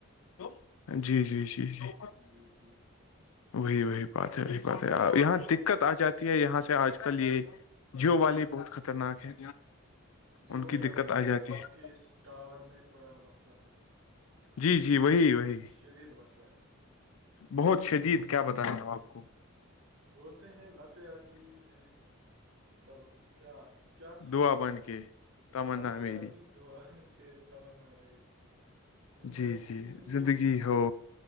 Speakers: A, on the left (about 75°); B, on the right (about 55°).
A: تو جی جی جی جی
B: جی جی
A: وہی وہی بات ہے وہی بات ہے یہاں
B: اور
A: دقت آ جاتی یہاں سے آج کل یہ جیو والے بہت خطرناک ہے
B: جی
A: ان
B: وہی
A: کی
B: آپ
A: دقت
B: کہنے
A: آ جاتی ہے
B: آپ کی اس ٹاور میں تھوڑا مسئلہ ہے
A: جی جی
B: شد
A: وہی وہی
B: شدید مسئلہ ہے
A: بہت شدید کیا بتائ ن آپ کو <unintelligible>
B: بولتے ہیں لاپیں آتی ہے تب کیا کیا تھا
A: دعا
B: وہ
A: بن
B: شار
A: کے تمنا
B: لاپے
A: میری
B: آتی جو کہ تمر نام ہےریی زندہ
A: جی جی
B: زندگی
A: ہو